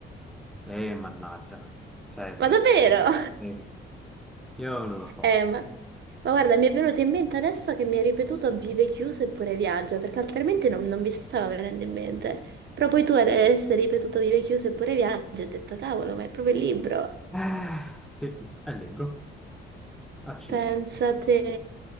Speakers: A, in the centre; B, on the right.
A: Eh, mannaggia. Cioè, sei...
B: ma davvero? <laughs>
A: eh, Io non lo so.
B: Eh, ma, ma guarda, mi è venuto in mente adesso che mi hai ripetuto vive chiuso eppure viaggia, perché altrimenti non, non mi stava venendo in mente. Però poi tu adesso hai ripetuto vive chiuso eppure viaggia e ho detto, cavolo, ma è proprio il libro.
A: Eh, sì, è il libro. Accidenti.
B: Pensate.